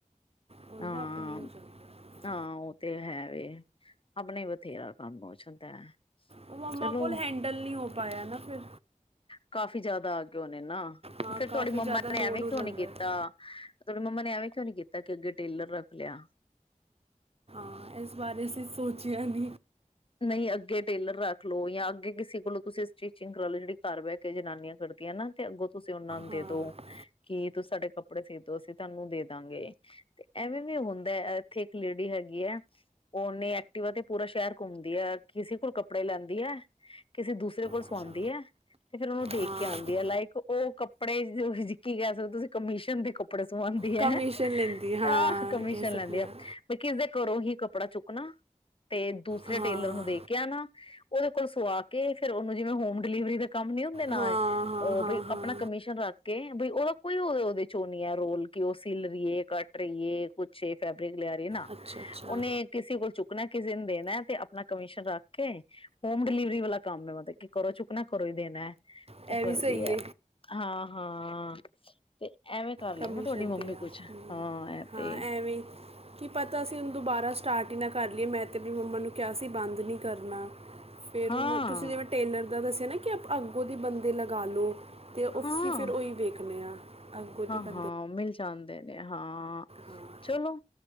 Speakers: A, on the right; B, on the left.
A: ਹੁਣ
B: ਹਾਂ
A: ਤਾ ਆਪਣੇ ਹੀ ਕਰਦੇ ਆ।
B: ਹਾਂ ਉਹ ਤੇ ਹੈ ਵੇ ਆਪਣੇ ਈ ਬਥੇਰਾ ਕੰਮ ਹੋ ਜਾਂਦਾ ਹੈ।
A: ਉਹ ਮੰਮਾ
B: ਚਲੋ
A: ਕੋਲ ਹੈਂਡਲ ਨਹੀਂ ਹੋ ਪਾਇਆ ਨਾ ਫਿਰ।
B: ਕਾਫੀ ਜ਼ਿਆਦਾ ਆ ਗਏ ਹੋਣੇ ਨਾ।
A: ਹਾਂ
B: ਤੇ ਫੇਰ
A: ਕਾਫੀ
B: ਤੁਹਾਡੀ ਮੰਮਾ
A: ਜ਼ਿਆਦਾ
B: ਨੇ
A: ਲੋਡ
B: ਐਵੇਂ
A: ਹੋ
B: ਕਿਉਂ
A: ਜਾਂਦਾ
B: ਨੀ ਕੀਤਾ
A: ਹੈ
B: ਤੁਹਾਡੀ ਮੰਮਾ ਐਵੇਂ ਕਿਉਂ ਨੀ ਕੀਤਾ ਕਿ ਅੱਗੇ ਟੇਲਰ ਰੱਖ ਲਿਆ
A: ਹਾਂ ਇਸ ਬਾਰੇ ਅਸੀਂ ਸੋਚਿਆ ਨਹੀਂ
B: ਨਹੀਂ ਅੱਗੇ ਟੇਲਰ ਰੱਖ ਲੋ ਜਾਂ ਅੱਗੇ ਕਿਸੇ ਕੋਲੋਂ ਤੁਸੀਂ ਸਟੀਚਿੰਗ ਕਰਾਲੋ ਜਿਹੜੀ ਘਰ ਬਹਿ ਕੇ ਜਨਾਨੀਆਂ ਕਰਦੀਆਂ ਨਾ ਤੇ ਅੱਗੋਂ ਤੁਸੀਂ ਉਹਨਾ ਨੂੰ ਦੇ
A: ਹਾਂ
B: ਦੋ ਕਿ ਤੁਸੀਂ ਸਾਡੇ ਕੱਪੜੇ ਸੀ ਦੋ ਅਸੀਂ ਤੁਹਾਨੂੰ ਦੇ ਦਾਂਗੇ ਤੇ ਐਵੇਂ ਵੀ ਹੁੰਦਾ ਇੱਥੇ ਇੱਕ ਲੇਡੀ ਹੈਗੀ ਆ ਉਹਨੇ ਐਕਟਿਵਾ ਤੇ ਪੂਰਾ ਸ਼ਹਿਰ ਘੁੰਮਦੀ ਆ ਕਿਸੇ ਕੋਲ ਕੱਪੜੇ ਲੈਂਦੀ ਹੈ ਕਿਸੇ ਦੂਸਰੇ ਕੋਲ ਸਵਾਉਂਦੀ
A: ਅੱਛਾ
B: ਹੈ ਤੇ ਫੇਰ ਉਹਨੂੰ ਦੇ
A: ਹਾਂ
B: ਕੇ ਆਉਂਦੀ ਆ ਲਾਈਕ ਉਹ ਕੱਪੜੇ ਕੀ ਕਹਿ ਸਕਦੇ ਤੁਸੀਂ ਕਮਿਸ਼ਨ ਦੇ ਕ ਕੱਪੜੇ ਸਵਾਉਂਦੀ
A: ਕਮਿਸ਼ਨ
B: ਹੈ ਹਾ
A: ਲੈਂਦੀ ਹਾਂ
B: ਹਾ ਆਹ ਕਮਿਸ਼ਨ
A: ਕਹਿ ਸਕਦੇ
B: ਲੈਂਦੀ ਆ
A: ਹਾਂ
B: ਮੈਂ ਕਿਹਾ ਇਸ ਦੇ ਘਰੋਂ ਹੀ ਕੱਪੜਾ ਚੁੱਕਣਾ ਤੇ ਤੇ
A: ਹਾਂ
B: ਟੇਲਰ ਨੂੰ ਦੇ ਕੇ ਆਨਾ ਉਹਦੇ ਕੋਲ ਸਵਾ ਕੇ ਫੇਰ ਉਹਨੂੰ ਜਿਵੇਂ ਹੋਮ ਡਿਲੀਵਰੀ ਦਾ ਕੰਮ ਨੀ ਹੁੰਦੇ ਨਾ
A: ਹਾਂ ਹਾਂ
B: ਉਹ
A: ਹਾਂ
B: ਵੀ ਆਪਣਾ
A: ਹਾਂ
B: ਕਮਿਸ਼ਨ ਰੱਖ ਕੇ ਬਈ ਉਹਦਾ ਕੋਈ ਉਹਦੇ ਚੋਂ ਨੀ ਹੈ ਰੋਲ ਕਿ ਉਹ ਸਿਲ ਰਹੀਏ ਕੱਟ ਰਹੀ ਏ ਕੁਛ ਏ ਫੈਬ ਰਿਕ ਲਿਆ ਰਹੀ ਹੈ ਨਾ
A: ਅੱਛਾ ਅੱਛਾ
B: ਉਹਨੇ ਕਿਸੇ ਕੋਲ ਚੁੱਕ ਨਾ ਕਿਸੇ ਨੂੰ ਦੇਣਾ ਤੇ ਆਪਣਾ ਕਮਿਸ਼ਨ ਰੱਖ ਕੇ ਹੋਮ ਡਿਲੀਵਰੀ ਵਾਲਾ ਕੰਮ ਹੈ ਮਤਲਬ ਕਿ ਘਰੋਂ ਚੁੱਕਣਾ ਘਰੋਂ ਹੀ ਦੇਣਾ ਹੈ
A: ਇਹ
B: ਉਹ ਕਰਦੀ
A: ਵੀ ਸਹੀ
B: ਹੈ ਹਾਂ ਹਾਂ ਹਾਂ ਐਵੇਂ ਕਰ ਲਿਆ
A: ਕਮਿਸ਼ਨ
B: ਨਾ ਤੁਹਾਡੀ ਮੰਮੀ
A: ਤੇ ਆ
B: ਕੁਛ ਹਾਂ
A: ਹਮ,
B: ਐ ਤੇ
A: ਹਾਂ ਐਵੇਂ ਕੀ ਪਤਾ ਅਸੀਂ ਉਹਨੂੰ ਦੁਬਾਰਾ ਸਟਾਰਟ ਹੀ ਨਾ ਕਰ ਲਈਏ ਮੈਂ ਤਾਂ ਆਪਰੀ ਮੰਮਾ ਨੂੰ ਕਿਆ ਸੀ ਬੰਦ ਨਹੀਂ ਕਰਨਾ ਫਿਰ
B: ਹਾਂ
A: ਤੁਸੀਂ ਜਿਵੇਂ ਟੇਲਰ ਦਾ ਦਸਯਅ ਕੀ ਅਪਾ ਅੱਗੋਂ ਦੇ ਬੰਦੇ ਲਗਾ ਲਉ ਤੇ ਉਸਸੀ
B: ਹਾਂ
A: ਫਿਰ ਉਹਈ ਵੇਖਦਨੇ ਹਾਂ ਅੱਗ ਉਹਦੀ
B: ਹਾਂ ਮਿਲ ਜਾਂਦੇ ਨੇ ਹਾਂ ਹਾਂ
A: ਹਾਂ
B: ਚਲੋ